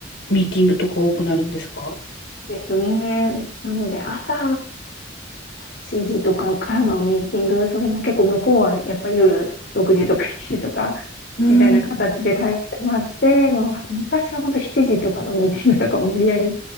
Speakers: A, on the left; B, on the left.
A: ミーティングとか多くなるんですか
B: ですね。なので、朝8時とかからのミーティング、それも結構向こうはやっぱり夜6時とか7時とか、
A: うん。
B: みたいな形で対応してもらって、もう昔は本当7時とかのミーティングとかを無理やり